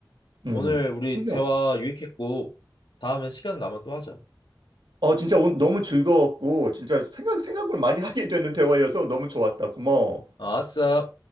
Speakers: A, on the right; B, on the left.
A: 음.
B: 오늘 우리
A: 신기하다.
B: 대화 유익했고 다음에 시간 나면 또 하자.
A: 어, 진짜 오늘 너무 즐거웠고, 진짜 생각, 생각을 많이 하게 되는 대화여서 너무 좋았다. 고마워.
B: 어, 아, 아싸.